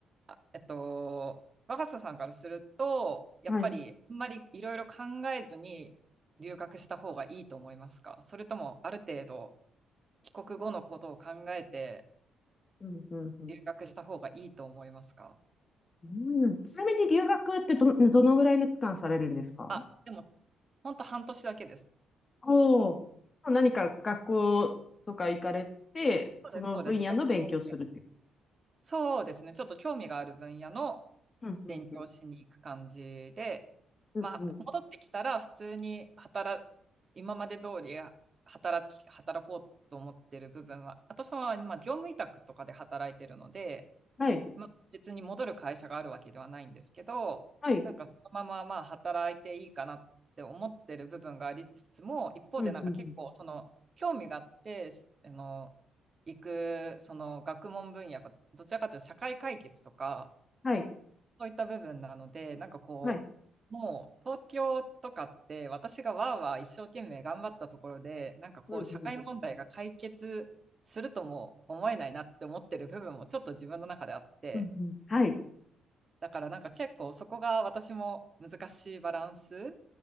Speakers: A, on the right; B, on the left.
A: あえっと、若狭さんからすると、やっぱりあんまりいろいろ考えずに留学した方がいいと思いますかそれともある程度
B: はい。
A: 帰国後のことを考えて
B: うん、うん、うん。
A: 留学した方がいいと思いますか
B: うんちなみに留学ってど、どのぐらいの期間されるんですか
A: あ、でも本当半年だけです。
B: おお、何か学校とか行かれて、
A: そうです、
B: その分野の勉強するってい
A: そうです。学校で。そうですね。ちょっと興味がある分野の
B: う。うん、うん、
A: 勉強しに行く感じで、
B: うん、うん、
A: まあ、
B: うん。
A: 戻ってきたら普通に働、今まで通り働き、働こうと思ってる部分は、私は今、業務委託とかで働いてるので、
B: はい、
A: まあ、別に戻る会社があるわけではないんですけど、
B: はい、
A: なんかそのまままあ働いていいかなって思ってる部分がありつつも、一方でなんか結構その興味があって、
B: うん、うん、うん。
A: しあの、行くその学問分野がどちらかというと社会解決とか、
B: はい、
A: そういった部分なので、なんかこう、
B: はい、
A: もう東京とかって私がわーわー一生懸命頑張ったところで、なんかこう社会問題が解決するとも思えないなって思ってる部分もちょっと自分の中であって、
B: うん、うん、うん、うん。はい、
A: だからなんか結構そこが私も難しいバランス